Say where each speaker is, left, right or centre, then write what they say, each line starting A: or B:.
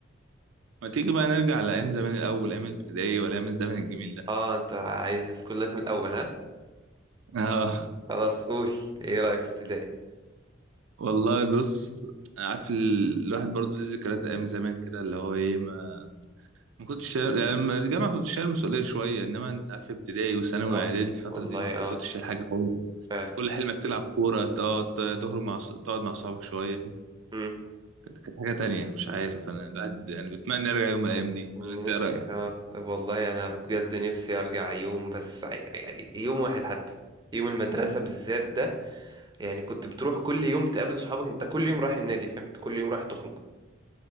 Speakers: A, on the right; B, on the right.
A: ما تيجي بقى نرجع لايام زمان الاول ايام الابتدائيه ولا ايام الزمن الجميل ده
B: اه انت عايز سكول لايف من الاول ها
A: <laughs> اه
B: خلاص قول ايه رأيك في ابتدائي
A: والله بص عارف ال- الواحد برضه ليه ذكريات ايام زمان كده اللي هو ايه ما ما كنتش شايل يعني لما الجامعه كنت شايل مسؤوليه شويه انما انت عارف ابتدائي وثانوي
B: اه
A: واعدادي الفتره
B: والله
A: دي انت ما
B: اه
A: كنتش شايل حاجه خالص
B: فعلا
A: كل حلمك تلعب كوره اه ت- تخرج مع ص- تقعد مع صحابك شويه
B: امم
A: كانت حاجه تانية مش عارف انا الواحد يعني بتمنى يرجع يوم من الايام دي
B: نفسي
A: ولا انت ايه رايك
B: اه والله انا بجد نفسي ارجع يوم بس ع- يعني يوم واحد حتى يوم المدرسة بالذات ده يعني كنت بتروح كل يوم تقابل صحابك انت كل يوم رايح النادي فاهم انت كل يوم رايح تخرج